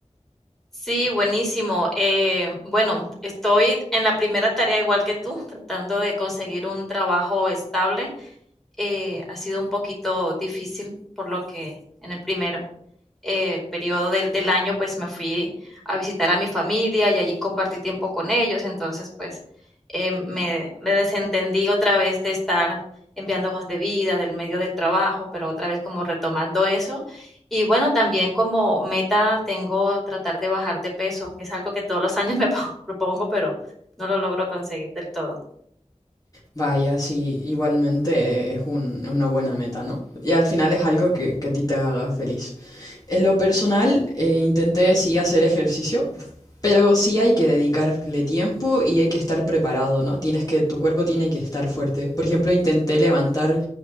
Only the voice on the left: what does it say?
Vaya, sí, igualmente eh, es un- es una buena meta, ¿no? Y al final es algo que, que a ti te haga feliz. En lo personal, eh, intenté sí hacer ejercicio, pero sí hay que dedicarle tiempo y hay que estar preparado, ¿no? Tienes que, tu cuerpo tiene que estar fuerte. Por ejemplo, intenté levantar